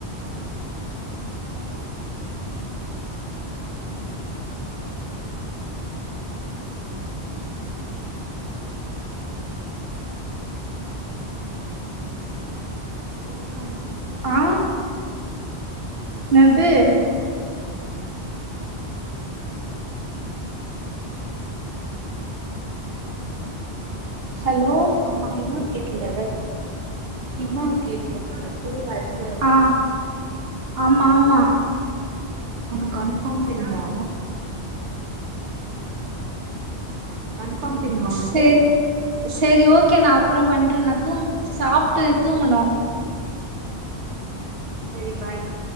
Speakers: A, on the right (about 80°); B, on the right (about 65°).
A: ம் பூச்சாண்டி
B: ஆ என்னது ஹலோ
A: ஆமா ஹிமா கேடல ஹிமா கேட்டுல பேய்யாச்ச
B: ஆ ஆமா ஆமா
A: உனக்கு கன்பார்ம் தெரியுமா கன்ஃபார்ம் தெரியுமா உனக்கு
B: சரி சரி ஓகே நா அப்றோ பண்ணுறே நா தூங்க சாப்ட்டு தூங்கணு
A: சரி பாய் மா